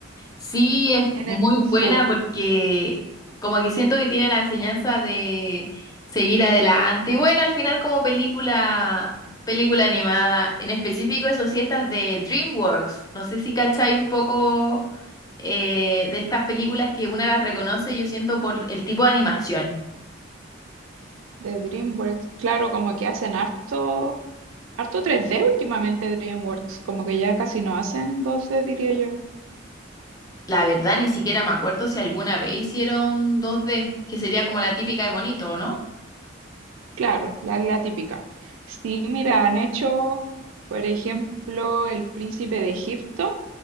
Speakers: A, on the left (about 20°); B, on the right (about 80°).
A: Sí, es muy
B: en el Kung Fu
A: buena porque como que siento que tiene la enseñanza de seguir adelante. Y bueno, al final como película, película animada, en específico eso sí, estas de DreamWorks. No sé si cacháis un poco eh, de estas películas que una las reconoce, yo siento por el tipo de animación.
B: de DreamWorks. Claro, como que hacen harto, harto tres d últimamente DreamWorks, como que ya casi no hacen dos d diría yo.
A: La verdad, ni siquiera me acuerdo si alguna vez hicieron 2D, que sería como la típica de monito, ¿o no?
B: Claro, la, la típica. Sí, mira, han hecho, por ejemplo, El Príncipe de Egipto